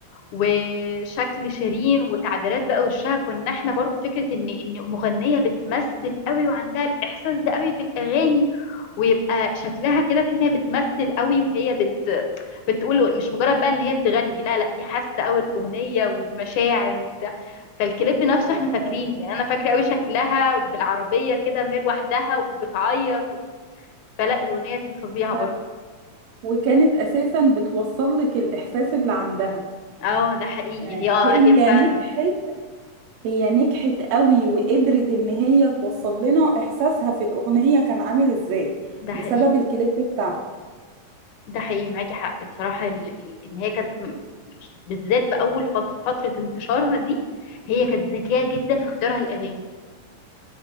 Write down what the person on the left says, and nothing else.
وشكل شيرين وتعبيرات بقى وشها كنا احنا برضو فكرة ان ان مغنية بتمثل قوي وعندها الاحساس ده قوي في الاغاني ويبقى شكلها كده تحس ان هي بتمثل قوي وهي بت بتقول مش مجرد بقى ان هي بتغني لا لا دي حاسة قوي الاغنية ومشاعر وبتاع فالكليب نفسه
احنا فاكرينه يعني انا فاكرة قوي شكلها بالعربية كده وهي لوحدها وبتعيط و... فلا الاغنية دي فظيعة
برضو
اه ده حقيقي
هي اه
هي فعلا
ده حقيقي
ده حقيقي معاكي حق بصراحة ال... ال- ان هي كانت م- بالذات في اول فت- فترة انتشارها دي هي كانت ذكية جدا في اختيارها الاغاني